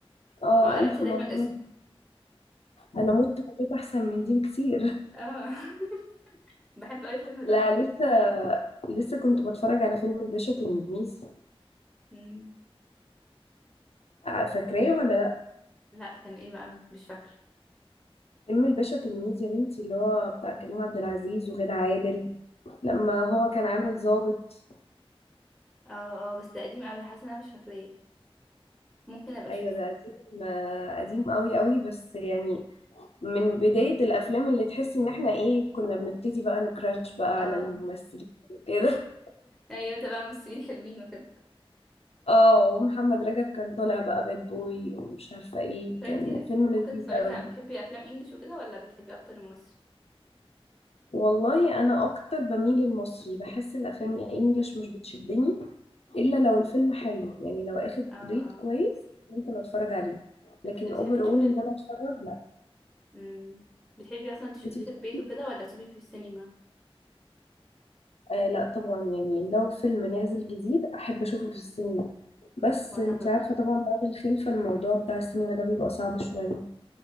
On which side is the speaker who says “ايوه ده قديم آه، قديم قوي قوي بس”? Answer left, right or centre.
Left